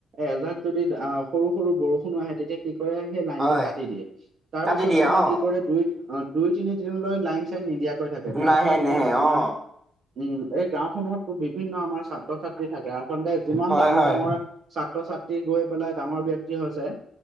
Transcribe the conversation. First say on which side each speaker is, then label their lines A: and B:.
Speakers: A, on the right (about 60°); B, on the right (about 35°).
A: এজাক যদি আহ সৰু সৰু বৰষুণো আহে তেতিয়া কি কৰে সেই লাইনটো
B: হয়
A: কাটি দিয়ে তাৰ
B: কাটি
A: পিছত
B: দিয়া
A: তোমাৰ
B: অ
A: কি কৰে দুই অ দুই তিনিদিনলৈ লাইন চাইন নিদিয়াকৈ থাকে তাৰ
B: নাহে
A: ফলত
B: নাহে
A: কি হয় আমাৰ
B: অ
A: উম এই গাঁওসমূহতো বিভিন্ন আমাৰ ছাত্ৰ ছাত্ৰী ত্ৰী থাকে আচলতে যিমান
B: হয়
A: ডাঙৰ
B: হয়
A: ডাঙৰ ছাত্ৰ ছাত্ৰী গৈ পেলাই ডাঙৰ ব্যক্তি হৈছে